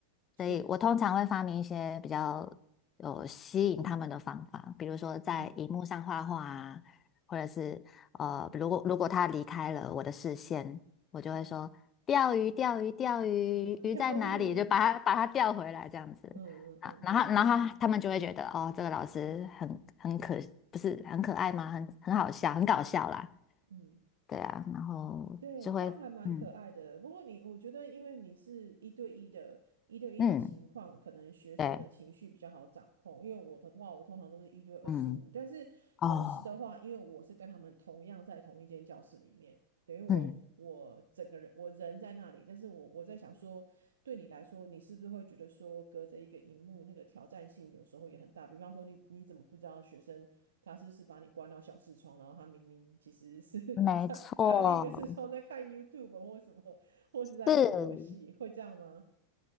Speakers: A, on the right; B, on the left.
A: 是。
B: 所以我通常会发明一些比较有吸引他们的方法，比如说在荧幕上画画啊，
A: 嗯
B: 或者是呃，
A: 嗯哼，
B: 如果如果他离开了我的视线，我就会说钓鱼，
A: 是
B: 钓鱼，钓鱼，
A: 哦，<laughs> 疗愈，
B: 鱼在哪里？<laughs> 就把它把它钓回来这样子
A: 嗯嗯嗯
B: 啊，然后然后他们就会觉得哦，这个老师很很可，不是很可爱吗？很很好笑，很搞笑啦，
A: 嗯。
B: 对啊，然后就会嗯
A: 对，这样还蛮可爱的。不过你，我觉得，因为你是一对一的，一对一的情况，
B: 嗯
A: 可能学生的情绪比较好掌控。
B: 对
A: 因为我的话，我通常都是一对二十五，
B: 嗯
A: 但是同时的话，
B: 哦
A: 因为我是跟他们同样在同一间教室里面，等于我我整个人我人在那里，
B: 嗯。
A: 但是我我在想说，对你来说，你是不是会觉得说，隔着一个荧幕，那个挑战性有时候也很大？比方说你，你怎么不知道学生他是不是把你关到小视窗，然后他明明其实是
B: 没错，
A: <laughs> 在开另一个视窗在看 YouTube 或什么，或是在玩游戏，
B: 是
A: 会这样吗？